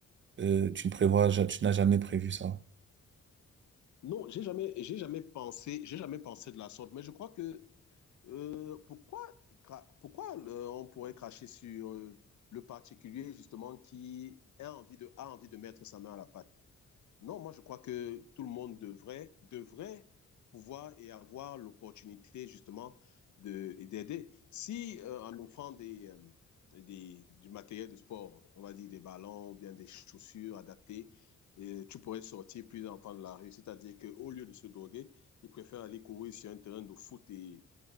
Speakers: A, on the right; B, on the left.
A: euh, tu ne prévois, ja- tu n'as jamais prévu ça.
B: Non, j'ai jamais, j'ai jamais pensé, j'ai jamais pensé de la sorte, mais je crois que Euh, pourquoi cra- pourquoi euh, on pourrait cracher sur euh, le particulier justement qui a envie de, a envie de mettre sa main à la pâte? Non, moi je crois que tout le monde devrait, devrait pouvoir et avoir l'opportunité justement de, et d'aider. Si euh, en offrant des, euh, des, du matériel de sport, on va dire des ballons ou bien des chaussures adaptées, euh, tu pourrais sortir plus d'enfants de la rue. C'est-à-dire qu'au lieu de se droguer, ils préfèrent aller courir sur un terrain de foot et